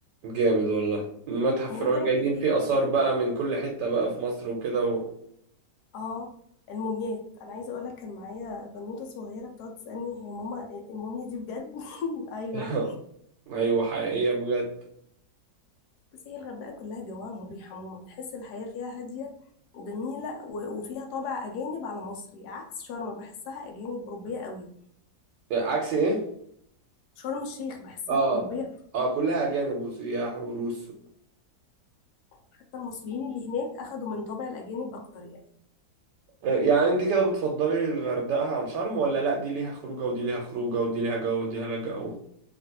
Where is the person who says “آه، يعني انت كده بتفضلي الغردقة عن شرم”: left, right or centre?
Right